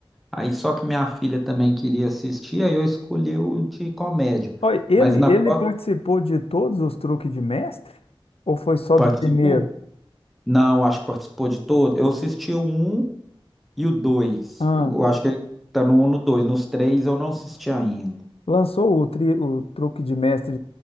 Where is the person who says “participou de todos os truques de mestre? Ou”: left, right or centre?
Left